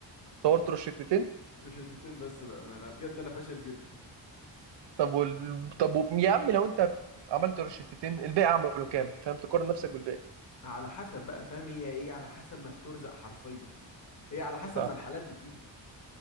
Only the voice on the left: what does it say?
روشتتين بس بقى ما انا بجد انا فاشل جدا
على حسب بقى فاهم هي ايه على حسب ما بترزق حرفيا هي على حسب
ما الحالات بتيجي